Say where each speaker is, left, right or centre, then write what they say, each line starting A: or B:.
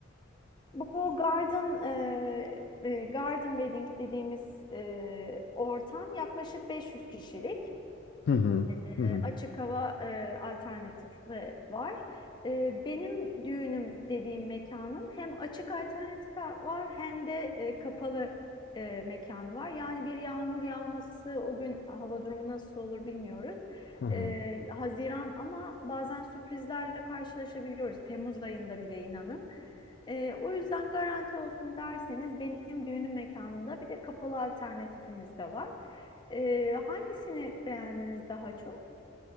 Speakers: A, on the left (about 25°); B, on the left (about 55°).
A: bu Garden e, e, Garden Wedding dediğimiz e, ortam yaklaşık 500 kişilik.
B: Hı hı.
A: E,
B: Hı hı.
A: açık hava e, alternatifi var. E, benim düğünüm dediğim mekanın hem açık alternatifi var hem de e, kapalı e, mekanı var. Yani bir yağmur yağması o gün hava durumu nasıl olur bilmiyoruz.
B: Hı hı.
A: E, Haziran ama bazen sürprizlerle karşılaşabiliyoruz. Temmuz ayında bile inanın. E, o yüzden garanti olsun derseniz benim düğünüm mekanında bir de kapalı alternatifimiz de var. E, hangisini beğendiniz daha çok?